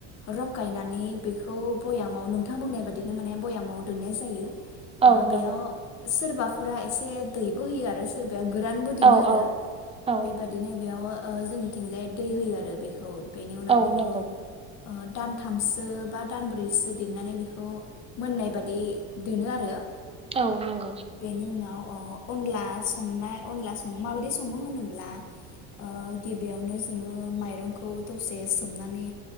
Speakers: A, on the left; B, on the right.
A: रखायनानै बेखौ भयामाव नोंथां बुंनाय बाददिनो माने भयामाव दोननाय जायो। ओ
B: औ
A: बेयाव
B: नंगौ
A: सोरबा फोरा एसे दैबो होयो आरो सोरबा गोरानबोदिनो
B: औ
A: आरो
B: औ औ
A: बेबा नै बेयाव ओ जोंनिथिंजाय दै होयो आरो बेखौ। बेनि उनाव
B: औ
A: बेखौ
B: नंगौ
A: ओ दानथामसो बा दानब्रैसो देरनानै बेखौ मोननाय बादि दोनो आरो।
B: औ नंगौ।
A: बेनि उनाव अ अनला संनाय अनला सं माबायदि सङो होनोब्ला ओ गिबियावनो जोङो माइरंखौ दसे सोमनानै